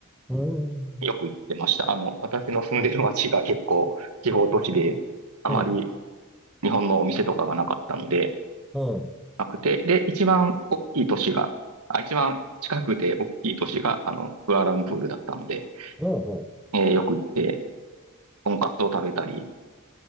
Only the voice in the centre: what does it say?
おー
おー、おー、
おー、
おー、お